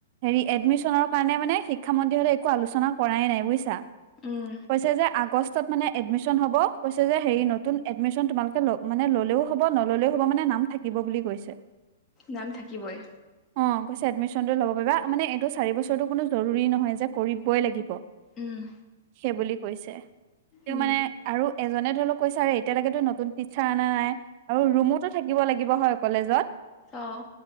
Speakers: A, on the right (about 40°); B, on the left (about 20°).
A: হেৰি এডমিশনৰ কাৰণে মানে শিক্ষামন্ত্ৰী হকলে একো আলোচনা কৰাই নাই বুজিছা?
B: উম
A: কৈছে যে আগষ্টত মানে এডমিচন হ'ব, কৈছে যে হেৰী নতুন এডমিচন তোমালোকে মানে ললেও হ'ব, নল'লেও হ'ব, মানে নাম থাকিব বুলি কৈছে।
B: নাম থাকিবই।
A: অ কৈছে এডমিশনটো লব পাৰিবা, মানে এইটো চাৰি বছৰো কোনো জৰুৰী নহয়, যে কৰি'বই লাগিব।
B: উম
A: সেইবোলি কৈছে। তেওঁ
B: উম
A: মানে আৰু এজনে ধৰি লওক কৈছে আৰু এতিয়ালৈকেতো নতুন টিচাৰ অনা নাই? আৰু ৰুমোতো থাকিব লাগিব হয়, কলেজত?
B: অঁ।